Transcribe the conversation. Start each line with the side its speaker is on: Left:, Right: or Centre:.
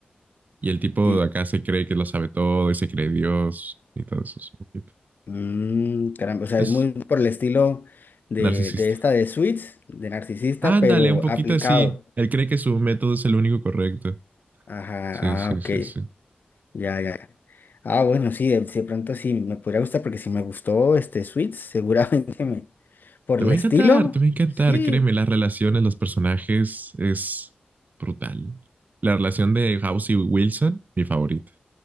Right: Y el tipo
Left: Y,
Right: de acá se cree que lo sabe todo y se cree Dios y todo eso. Es, un poquito-
Left: mm, caramba, o sea,
Right: es
Left: es muy por el estilo de,
Right: narcisista.
Left: de esta de Suits, de narcisista,
Right: Ándale,
Left: pero
Right: un poquito
Left: aplicado.
Right: así. Él cree que su método es el único correcto.
Left: Ajá.
Right: Sí, sí,
Left: Ah, ok.
Right: sí, sí.
Left: Ya, ya. ya. Ah, bueno, sí, de, de pronto sí me podría gustar, porque si me gustó este Suits, <laughs> seguramente me. Por
Right: Te
Left: el
Right: va a
Left: estilo,
Right: encantar, te va a encantar.
Left: sí.
Right: Créeme, las relaciones, los personajes es brutal. La relación de House y Wilson, mi favorita.